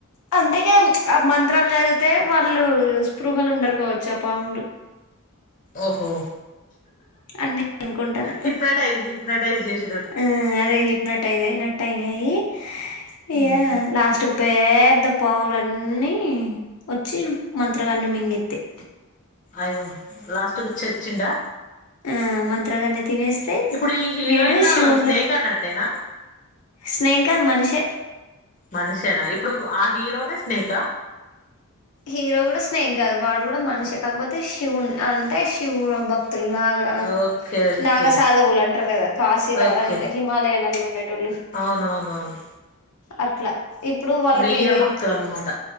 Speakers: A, on the left (about 85°); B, on the left (about 35°).
A: అంతేగా ఆ మంత్రాలు చదివితే వాళ్ళు స్పృహల ఉండరు కావచ్చు ఆ పాములు
B: ఓహో
A: అని నేననుకుంటాన
B: హిప్నటైజ్ హిప్నటైజ్ చేశిర్ర్
A: ఉమ్ అదే హిప్నటైస్ అయినట్టయినయినయ్ ఇగ
B: ఉమ్,
A: లాస్ట్ క్ పేద్ద పాములున్నీ వచ్చి మంత్రగాన్ని మింగెత్తెయ్
B: అయ్యో లాస్ట్ కు చచ్చిండా
A: ఆ మంత్రగాన్ని తినేస్తయ్
B: ఇప్పుడు ఈ హీరోయిన్
A: వీడు శివున్లెక్
B: స్నేక్ అన్నట్టేనా
A: స్నేక్ గాదు మనిషే
B: మనిషేనా ఇప్పుడు ఆ హీరోన్ స్నేక
A: హీరో కూడ స్నేగ్గదు వాడు కూడ మనిషె కాకపోతే శివున్ అంటే శివు భక్ తుల్ నాగ
B: ఓకే ఓకే
A: నాగసధవులంటరు కదా కాశీల
B: ఓకే
A: అంటే హిమాలయాల్ల ఉండేటోళ్ళు
B: అవునవునవును
A: అట్ల ఇప్పుడు వాళ్ళకి
B: వీర
A: ఇది
B: భక్తులు అన్నమాట